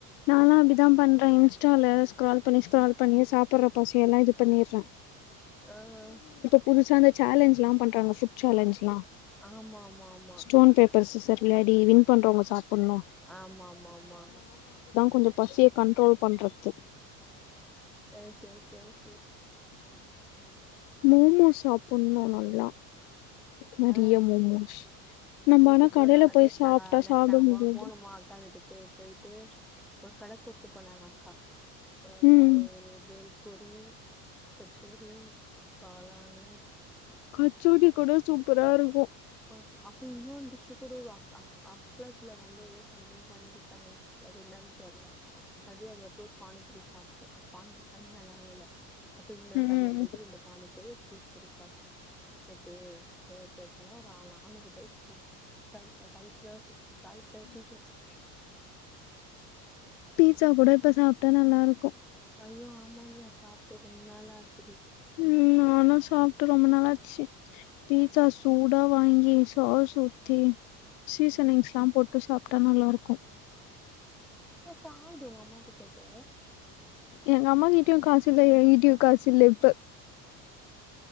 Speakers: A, on the left; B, in the centre.
A: நாலா அப்டிதா
B: வேற
A: பண்றே இன்ஸ்டால ஸ்க்ரால் பண்ணி ஸ்க்ரால்
B: ம்.
A: பண்ணி சாப்புற பசியெல்லா இது பண்ணிடுறே
B: ஆ அ
A: புதுசா இந்த சேலஞ்ச்லா பண்றாங்க ஃபுட் சேலஞ்ச்லா
B: ஆமா ஆமா ஆமா
A: ஸ்டோன் பேப்பர் சிஸ்சர் விளாடி வின் பண்றவங்க சாப்பணு
B: ஆமாமாமா
A: கொஞ்சோ பசிய கண்ட்ரோல் பண்றது
B: அ செர் செர் செர்
A: மோமோஸ் சாப்பட்ணு நல்லா நெறிய
B: ஆ
A: மோமோஸ் நம்ம
B: நேத்து
A: ஆனா
B: கூட
A: கடைல
B: நாங்க
A: போய்
B: நேத்து
A: சாப்ட்டா
B: நாங்க நேத்து
A: சாப்ட
B: நாங்க
A: முடியாது
B: போனோ போனோமா அக்கா வீட்டுக்கு பொயிட்டு ஒரு கட கூட்டு போனாங்க அக்கா ஆ
A: ம்
B: ஒரு பெல்பூரி கச்சோரி காளானு
A: கச்சோரி கூட சூப்பரா இருக்கு
B: ப்ப அப்போ இன்னோ டிஷ் கூட அப் அப் அப்ளத்துல வந்து எதோ சம்திங் பண்ணி குடுத்தாங்க அது என்னான் தெர்ல அது அதுகப்றோ ஒரு பானி பூரி சாப்ட்டோ அந்த பானி பூரி தண்ணி நல்லாவே இல்ல அப்றோ இன்ன
A: ம்
B: கடைல போய்ட்டு ரெண்டு பானி கொறைய சீஸ் பொரி சாப்ட்டோ நேத்து நேத்து எத்தனா ஒரு அ நாலுறுபாய் ம் சமச்சா ஃபைவ் <unintelligible> ஃபைவ் தேர்ட்டிடு வச்சா
A: பீஸா கூட இப்ப சாப்ட்டா நல்லா இருக்கு
B: ஐயோ ஆமாடி நா சாப்ட்டு ரொம்ப நாள் ஆச்சுடி அதெல்லாம்
A: ம்
B: சாப்ட்டு.
A: நானு சாப்ட்டு ரொம்ப நாளாச்சு பீஸா சூடா வாங்கி சாஸ் ஊத்தி சீசனிங்ஸ்லா போட்டு சாப்டா நல்லாருக்கு
B: ஏ சாப்டு ஒங்க அம்மாட்ட கேட்டு
A: எங்க அம்மா கிட்டையு காசு இல்ல எங்கிட்டையு காசு இல்ல இப்ப